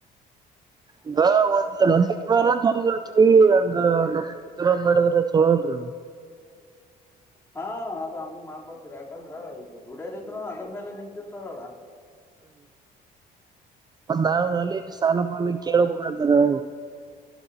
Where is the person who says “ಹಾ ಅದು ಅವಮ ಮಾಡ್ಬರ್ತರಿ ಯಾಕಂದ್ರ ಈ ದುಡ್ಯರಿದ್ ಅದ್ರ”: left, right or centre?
Left